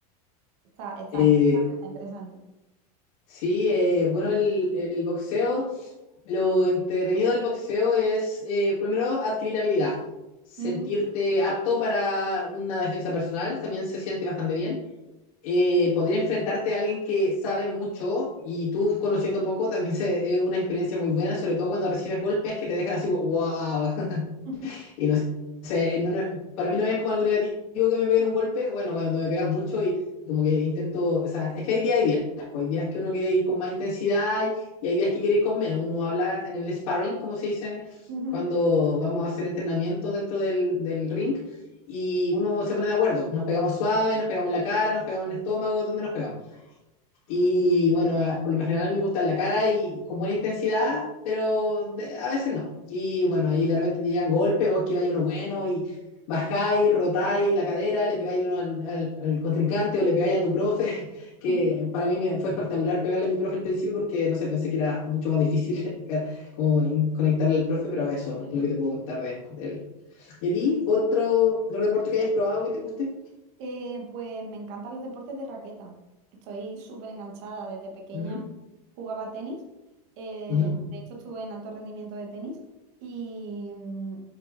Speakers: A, on the right; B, on the left.
A: Está, está
B: Eh,
A: interesante, está interesante.
B: sí, eh, bueno, el, el boxeo, lo entretenido del boxeo es, eh, primero, adquirir habilidad, sentirte
A: Ujú.
B: apto para una defensa personal, también se siente bastante bien. Eh, poder enfrentarte a alguien que sabe mucho y tú conociendo poco también se- es una experiencia muy buena, sobre todo cuando recibes golpes que te dejan así, wow,
A: <laughs>
B: Y no sé, no- no- para mí no es como algo negativo que me peguen un golpe, bueno, cuando me pegan mucho y como que intento, o sea, es que hay días y días, pues hay días que uno quiere ir con más intensidad y hay días que quiere ir con menos. Uno habla en el sparring, como se dice,
A: Ujú.
B: cuando vamos a hacer entrenamiento dentro del, del ring y uno se pone de acuerdo, nos pegamos suave, nos pegamos en la cara, nos pegamos en el estómago, ¿dónde nos pegamos? Y bueno, ah, por lo general me gusta en la cara y con buena intensidad, pero de- a veces no. Y bueno, ahí de repente te llegan golpes, vos esquiváis uno bueno y bajáis, rotáis la cadera, le pegáis uno al, al- al contrincante o le pegáis a tu profe, <laughs> que
A: Ujú.
B: para mí me, fue espectacular pegarle a mi profe al principio porque no sé, pensé que era mucho más difícil <laughs> como en- conectarle al profe, pero eso es lo que te puedo contar de, de él. ¿Y a ti? ¿Otro deporte que hayas probado que te guste?
A: Eh, pues me encantan los deportes de raqueta. Estoy súper enganchada. Desde pequeña
B: Ujú,
A: jugaba tenis. Eh,
B: ujú.
A: de hecho, estuve en alto rendimiento de tenis. Y, mm,